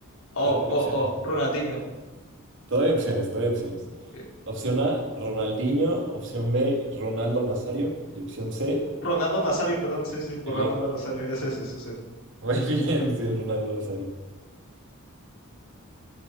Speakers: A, on the left (about 65°); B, on the right (about 60°).
A: Oh,
B: Te doy
A: oh,
B: opciones.
A: oh, Ronaldinho.
B: Te doy opciones, te doy opciones.
A: Eh,
B: Opción A, Ronaldinho. Opción B, Ronaldo Nazario. Y opción C,
A: Ronaldo Nazario, perdón, sí, sí, por
B: Pelé.
A: Ronaldo Nazario. Ese, ese, ese, ese.
B: Muy <laughs> bien, sí, es Ronaldo Nazario.